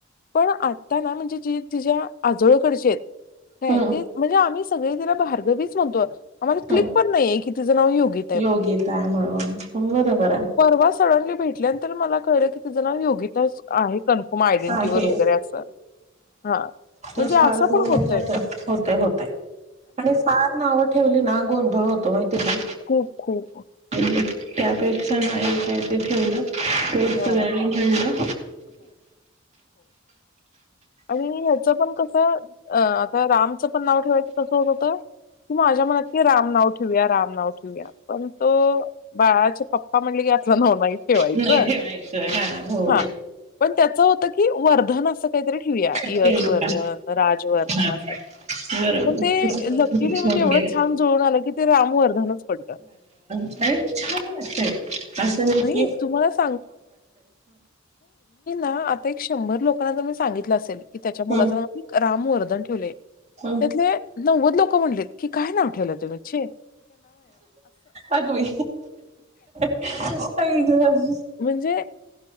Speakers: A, on the left; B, on the right.
A: पण आता ना म्हणजे जी तिच्या आजोळकडचेत काय
B: हम्म
A: ते म्हणजे आम्ही सगळी तिला भार्गवीच म्हणतो आम्हाला
B: हम्म
A: क्लिक पण नाहीे की तिचं नाव योगी
B: योग्यता आहे म्हणून बरोबर आहे
A: परवा सडनली भेटल्यानंतर मला कळल कि तीज नाव योगी आहे कन्फर्म आयडेंटि
B: आहे
A: वगैरे अस हा
B: तोच
A: म्हणजे
B: फार
A: असं
B: घ होऊन
A: पण होतय
B: जाते होते होते आणि फार नावं ठेवली ना गोंधळ हो तो माहिती का.
A: खूप खूप
B: त्यापेक्षा नाही काय ते ठेवलं पेट
A: हां.
B: सगळ्यांनी घणलं
A: आणि ह पण कस आता रामच पण नाव ठेवायच कस होत होत क माझ्या मनात क राम नाव ठेवया राम ठे पण तो बाळाचे पप्पा म्हणले की आतला नाव नाही ठेवायच
B: नाही ठेवायचं हा हो
A: हा पण त्याच होत की वर्धना अस काहीतरी ठेवया
B: ठेवूया
A: यशवर्धन राजवर्धन
B: हा
A: असं
B: बरोबर.
A: मण ते
B: सगळं
A: लकीने
B: असं मिक्स
A: म्हणजे
B: होऊन
A: एवढं
B: गेलं.
A: छान जुळून आलं की ते रामवर्धानच पडत
B: अ छान वाटतय असं नक्की
A: नाही तुम्हाला मी आ लोकां त्या
B: हं.
A: रामवर्न ठे
B: हं.
A: त्या नव ल म्हटलेत की काय नाव ठेव तुम्चे
B: अगवे स
A: म्हणजे